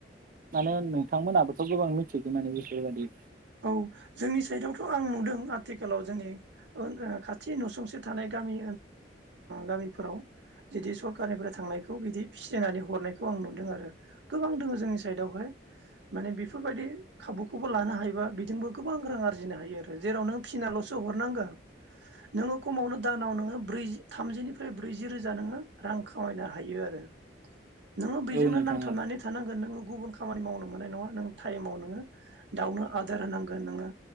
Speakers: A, on the right; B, on the right.
A: माने नोंथांमोनहाबोथ' गोबां मिथिगौ माने बेफोरबादि
B: औ जोंनि साइदआवथ' आं नुदों आथिखालाव जोंनि ओं ओ खाथि नसुंसे थानाय गामि गामिफोराव जदि सरखारारनिफ्राय थांनायखौ बिदि फिनानै हरनायखौ आं नुदों आरो गोबां दङ जोंनि साइदआवहाय माने बेफोरबायदि खाबुखौबो लानो हायोबा बिजोंबो गोबां रां आरजिनो हायो आरो जेराव नों फिनाल'सो हरनांगोन नोङो खमावनो दानाव नोङो ब्रै थामजिनिफ्राय ब्रैजि रोजा नोङो रां खामायनो हायो आरो नोङो बेजोंनो
A: औ नोंथां
B: नांथाबनानै
A: औ
B: थानांगोन नोङो गुबुन खामानि मावनो मोननाय नङा नों टाइमाव नोङो दाउनो आदार होनांगोन नोङो